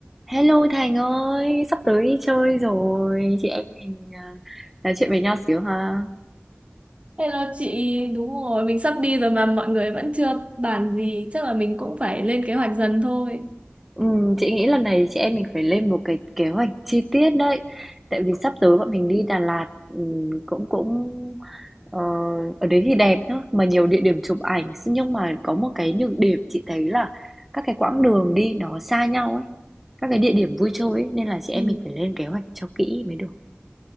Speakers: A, in the centre; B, on the right.
A: Hello Thành ơi, sắp tới đi chơi rồi, chị em mình à, nói chuyện với nhau xíu ha.
B: Hello chị, đúng rồi, mình sắp đi rồi mà mọi người vẫn chưa bàn gì, chắc là mình cũng phải lên kế hoạch dần thôi.
A: Ừm, chị nghĩ lần này chị em mình phải lên một cái kế hoạch chi tiết đấy, tại vì sắp tới bọn mình đi Đà Lạt ừm, cũng cũng ờ, ở đấy thì đẹp nhá, mà nhiều địa điểm chụp ảnh, nhưng mà có một cái nhược điểm chị thấy là các cái quãng đường đi nó xa nhau ấy, các cái địa điểm vui chơi ấy, nên là chị
B: Ừ.
A: em mình phải lên kế hoạch cho kỹ mới được.